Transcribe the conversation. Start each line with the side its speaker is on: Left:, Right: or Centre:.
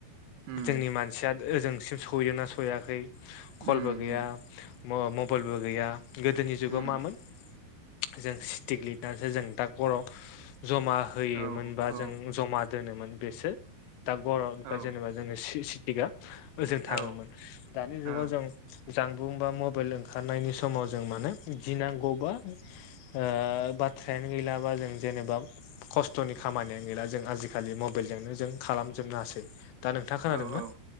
Right: उम
Left: जोंनि मानसिया ओजोंसिम सहैदोंना सहैयाखै
Right: उम
Left: कलबो गैया
Right: उम
Left: मबाइलबो गैया गोदोनि जुगाव
Right: उम
Left: मामोन जों स्टिक लिरनानैसो जों दा गर जमा होयोमोनबा
Right: औ औ
Left: जों जमा दोनोमोन बेसो दा गर
Right: औ
Left: जेनेबा जोङो स्टिकआ ओजों थाङोमोन
Right: ओ
Left: दानि
Right: औ
Left: जुगाव जों जानबुं बा मबाइल ओंखारनायनि समाव जों माने गिनांगौबा ओ बाथ्रायानो गैलाबा जों जेनेबा खस्थ'नि खामानियानो गैला जों आजिखालि मबाइलजोंनो जों खालामजोबनो हासै। दा नोंथा खोनादोंना
Right: औ